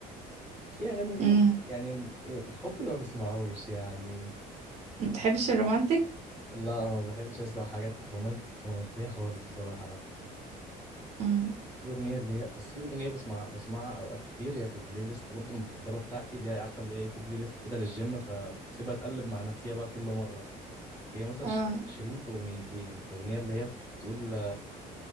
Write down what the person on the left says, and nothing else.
في اغاني ليهم
يعني إيه، الحب ما بسمعهوش يعني
لا ما بحبش اسمع حاجات رومان... رومانسيه خالص بصراحه لا
في اغنيه اللي هي بس في اغنيه بسمع بسمعها اوقات كتير هي في البلاي ليست برضه المفضله بتاعتي اللي هي عارفه اللي هي في بلاي ليست كده للجيم فسيبها تقلب مع نفسيها بقى كل مره هي مثلا
ش- شيرين في اغنيتين الاغنيه اللي هي بتقول